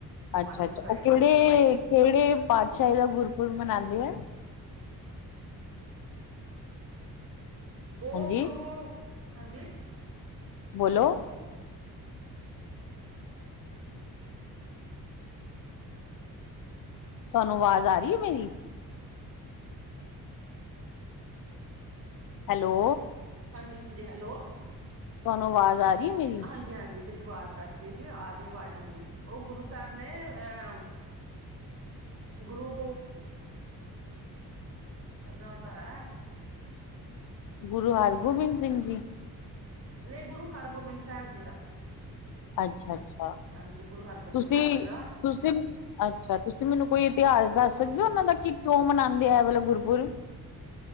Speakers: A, on the left; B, on the right.
A: ਅੱਛਾ-
B: ਪੰਜ
A: ਅੱਛਾ
B: ਜੁਲਾਈ
A: ਓ ਕਿਹੜੇ
B: ਨੂੰ ਹੋਏਗਾ
A: ਕਿਹੜੇ ਪਾਤਸ਼ਾਹੀ ਦਾ ਗੁਰਪੁਰਬ ਮਨਾਉਂਦੇ ਆ?
B: ਓ
A: ਹਾਂਜੀ
B: ਗੁਰੂ, ਹਾਂਜੀ
A: ਬੋਲੋ ਤੁਹਾਨੂੰ ਅਵਾਜ਼ ਆ ਰੀ ਐ ਮੇਰੀ। ਹੈਲੋ।
B: ਹਾਂਜੀ-ਹਾਂਜੀ, ਹੈਲੋ
A: ਤੁਹਾਨੂੰ ਆਵਾਜ਼ ਆ ਰਹੀ ਹੈ ਮੇਰੀ
B: ਹਾਂਜੀ- ਹਾਂਜੀ ਬਿਲ ਆਵਾਜ਼ ਕੱਟ ਕੇ ਹੀ ਆ ਰਹੀ ਐ ਆਵਾਜ਼, ਹਾਂਜੀ। ਉਹ ਗੁਰੂ ਸਾਹਿਬ ਨੇ ਅਹ ਗੁਰੂ। ਉਹਨਾਂ ਦਾ ਹੈ।
A: ਗੁਰੂ ਹਰਗੋਬਿੰਦ ਸਿੰਘ ਜੀ।
B: ਨਈ, ਗੁਰੂ ਹਰਗੋਬਿੰਦ ਸਾਹਿਬ ਜੀ ਦਾ।
A: ਅੱਛਾ-ਅੱਛਾ
B: ਹਾਂਜੀ, ਗੁਰੂ ਹਰਗੋਬਿੰਦ
A: ਤੁਸੀਂ
B: ਸਾਹਿਬ ਜੀ ਦਾ
A: ਤੁਸੀਂ ਅੱਛਾ, ਤੁਸੀਂ ਮੈਨੂੰ ਕੋਈ ਇਤਿਹਾਸ ਦੱਸ ਸਕਦੇ ਔ ਉਹਨਾਂ ਦਾ ਕਿ ਕਿਉਂ ਮਨਾਉਂਦੇ ਆ ਐਹ ਵਾਲਾਂ ਗੁਰਪੁਰ